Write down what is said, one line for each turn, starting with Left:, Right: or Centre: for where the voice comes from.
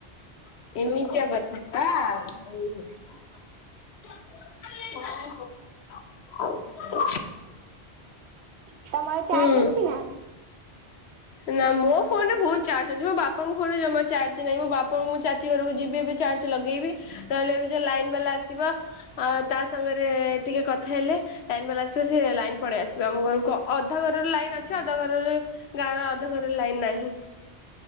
Left: <inaudible>
Right: ଚ
Left: <inaudible>
Right: ତମ ଚାର୍ଜ
Left: ହୁଁ
Right: ଅଛି ନା?
Left: ନା ମୋ ଫୋନ୍‌ରେ ବହୁତ୍ ଚାର୍ଜ ଅଛି, ମୋ ବାପାଙ୍କ ଫୋନ୍‌ରେ ଜମା ଚାର୍ଜ ନାହିଁ। ମୋ ବାପା ଯିବି, ଏବେ ଚାର୍ଜ ଲଗେଇବି ନହେଲେ ଏ ଲାଇନ୍‌ ବାଲା ଆସିବ। ତା ସାଙ୍ଗରେ ଟିକେ କଥା ହେଲେ। ଲାଇନ୍‌ ବାଲା ଆସିବ, ଲାଇନ୍‌ ପଳେଇ ଆସିବ ଆମ ଘରକୁ, ଅଧା ଘର---ଲାଇନ୍‌ ଅଛି। ଅଧା ଘରରେ ଗାଁ ଅ-----ଘ--ରେ ଲାଇନ୍‌ ନାହିଁ।